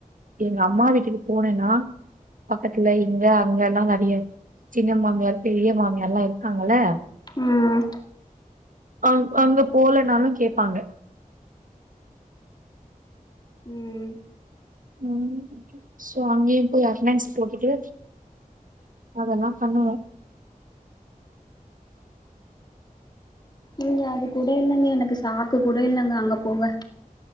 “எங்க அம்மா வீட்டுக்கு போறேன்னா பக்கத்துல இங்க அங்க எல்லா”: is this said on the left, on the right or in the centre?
Right